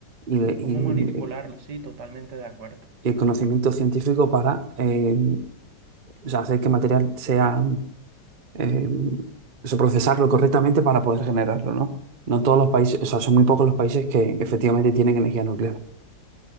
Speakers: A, on the right (about 40°); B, on the right (about 70°).
A: y, le-
B: ¿Cómo
A: y-
B: manipularlo? Sí, totalmente de acuerdo.
A: y el conocimiento científico para eh, o sea, hacer que el material sea, eh, o sea, procesarlo correctamente para poder generarlo, ¿no? No todos los países, o sea, son muy pocos los países que efectivamente tienen energía nuclear.